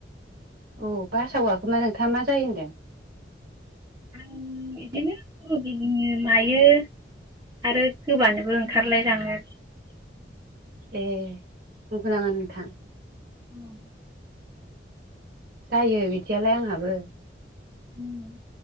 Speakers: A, on the right; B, on the right.
A: औ बासाव गाखोना नोंथाङा मा जायो होनदों?
B: आं बिदिनो खर' गिदिङो मायो आरो गोबानोबो ओंखारलायलाङो।
A: ए नंगौ नामा नोंथां?
B: उम ।
A: जायो बिदियालाय आंहाबो।
B: उम ।